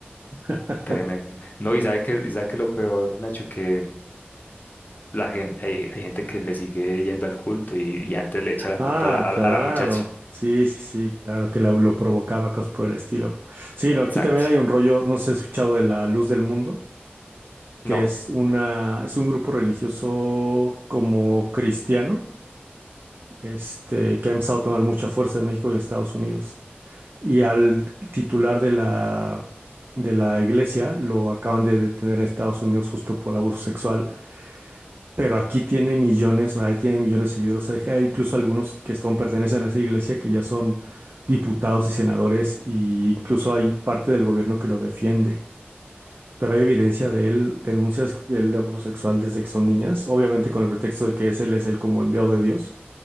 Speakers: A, on the right (about 60°); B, on the left (about 45°).
A: <laughs>
B: Tremendo. No, y sabe que, y sabe que lo peor, Nacho, que la gente, hay, hay gente que le sigue yendo al culto y, y antes le echa la
A: Ah,
B: culpa a la, a
A: claro.
B: la- a la muchacha.
A: Sí, sí, sí, claro que lo, lo provocaba, cosas por el estilo. Sí, no,
B: Exacto.
A: aquí también hay un rollo, no sé si has escuchado de la luz del mundo. que
B: No.
A: es una, es un grupo religioso como cristiano, este, que ha empezado a tomar mucha fuerza en México y en Estados Unidos. Y al titular de la, de la iglesia lo acaban de detener en Estados Unidos justo por abuso sexual, pero aquí tiene millones, o sea, tiene millones de seguidores. O hay incluso algunos que son, pertenecen a esa iglesia que ya son diputados y senadores, e incluso hay parte del gobierno que lo defiende pero hay evidencia de él, denuncias de él de abuso sexual desde que son niñas, obviamente con el pretexto de que es él es el como enviado de Dios.